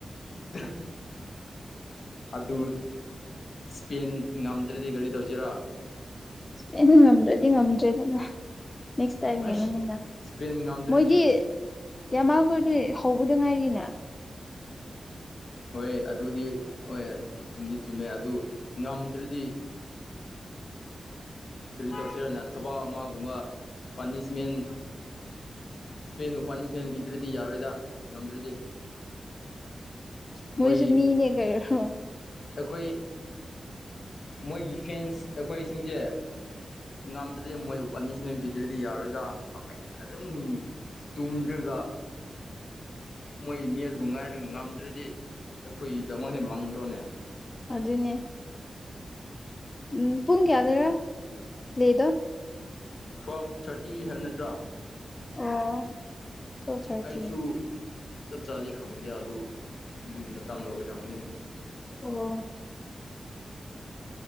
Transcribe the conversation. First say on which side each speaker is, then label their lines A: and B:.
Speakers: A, on the left; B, on the left.
A: <unintelligible> ꯑꯗꯨ ꯏꯁꯄꯦꯟ ꯉꯝꯗ꯭ꯔꯗꯤ ꯀꯔꯤ ꯇꯧꯁꯤꯔꯥ
B: ꯑꯩꯅ ꯉꯝꯗ꯭ꯔꯗꯤ ꯉꯝꯗ꯭ꯔꯦꯗꯅ ꯅꯦꯛ ꯇꯥꯏꯝ
A: ꯑꯁ
B: ꯌꯦꯉꯅꯤꯗ
A: ꯏꯁꯄꯦꯟ ꯉꯝꯗ꯭ꯔꯗꯤ
B: ꯃꯣꯏꯗꯤ ꯌꯥꯃꯜ ꯀꯗ ꯍꯧꯕꯗ ꯉꯥꯏꯔꯤꯅ
A: ꯍꯣꯏ ꯑꯗꯨꯗꯤ ꯍꯣꯏ ꯆꯨꯝꯗꯤ ꯆꯨꯝꯃꯦ ꯑꯗꯨ ꯉꯝꯗ꯭ꯔꯗꯤ ꯀꯔꯤ ꯇꯧꯁꯤꯔꯅ ꯊꯕꯛ ꯑꯃꯒꯨꯝꯕ ꯄꯥꯅꯤꯁꯃꯦꯟ ꯏꯁꯄꯦꯟ ꯅꯨꯄꯥꯜꯅꯤ ꯏꯁꯄꯦꯟ ꯄꯤꯗ꯭ꯔꯗꯤ ꯌꯥꯔꯣꯏꯗ ꯉꯝꯗ꯭ꯔꯗꯤ
B: ꯃꯣꯏꯁꯨ
A: ꯃꯣꯏ
B: ꯃꯤꯅꯦ ꯀꯩꯣ
A: ꯑꯩꯈꯣꯏ ꯃꯣꯏꯒꯤ ꯐꯦꯟꯁ ꯑꯩꯈꯣꯏꯁꯤꯡꯁꯦ ꯉꯝꯗ꯭ꯔꯗꯤ ꯃꯣꯏꯕꯨ ꯄꯥꯅꯤꯁꯃꯦꯟ ꯄꯤꯗ꯭ꯔꯗꯤ ꯌꯥꯔꯣꯏꯗꯥ ꯑꯩꯈꯣꯏ ꯑꯗꯨꯝ ꯇꯨꯝꯗ꯭ꯔꯒ ꯃꯣꯏ ꯃꯦꯁꯄꯨ ꯉꯥꯏꯔꯒ ꯉꯝꯗ꯭ꯔꯗꯤ ꯑꯩꯈꯣꯏꯒꯤꯗꯃꯛꯁꯦ ꯃꯪꯗ꯭ꯔꯣꯅꯦ
B: ꯑꯗꯨꯗꯅꯦꯦ ꯎꯝ ꯄꯨꯟ ꯀꯌꯥꯗꯔ ꯂꯩꯗꯣ
A: ꯇ꯭ꯋꯦꯜꯐ ꯊꯥꯔꯇꯤ ꯍꯥꯏꯕ ꯅꯠꯇ꯭ꯔꯥ
B: ꯑꯣ ꯇꯨꯋꯦꯜꯞ ꯊꯥꯔꯇꯤ
A: ꯑꯩꯁꯨ ꯆꯞ ꯆꯥꯗꯤ ꯈꯪꯗꯦ ꯑꯗꯨ ꯑꯗꯨꯒꯤ ꯃꯇꯗ ꯑꯣꯏꯔꯝꯨ
B: ꯑꯣ